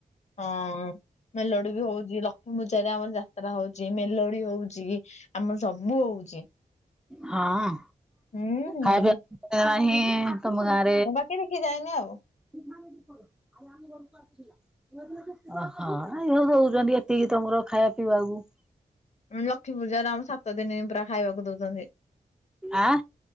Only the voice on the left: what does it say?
ହଁ। ମେଲୋଡି ବି ହଉଛି ଲକ୍ଷ୍ମୀ ପୂଜାରେ ଆମର ଯାତ୍ରା ହଉଛି ମେଲୋଡି ହଉଛି। ଆମର ସବୁ ହଉଛି।
ହୁଁ।
ମୁଁ ବାକି ଦେଖି ଯାଏନି ଆଉ।
ଲକ୍ଷ୍ମୀ ପୂଜାରେ ଆମ ସାତ ଦିନ ପୁରା ଖାଇବାକୁ ଦଉଛନ୍ତି।